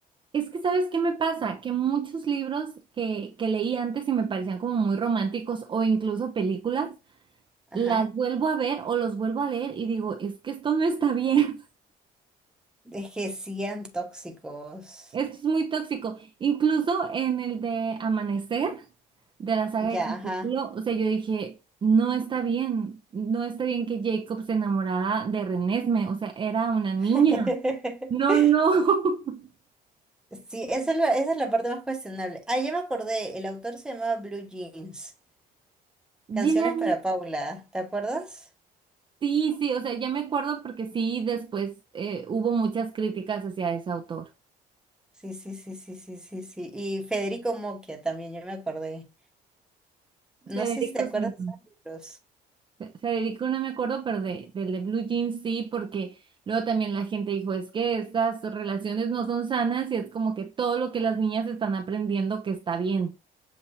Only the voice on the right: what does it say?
Es que, ¿sabes qué me pasa? Que muchos libros que, que leí antes y me parecían como muy románticos o incluso películas,
las vuelvo a ver o los vuelvo a leer y digo, es que esto no está bien.
Esto es muy tóxico. Incluso en el de Amanecer, de la saga
de Crepúsculo,
o sea, yo dije, no está bien, no está bien que Jacob se enamorara de Renesme, o sea, era una niña.
No, no. <laughs>
Ya.
Sí, sí, o sea, ya me acuerdo porque sí, después eh, hubo muchas críticas hacia ese autor.
Federico
Simón.
Federico no me acuerdo, pero de, del de Blue Jeans sí, porque luego también la gente dijo, es que estas relaciones no son sanas y es como que todo lo que las niñas están aprendiendo que está bien.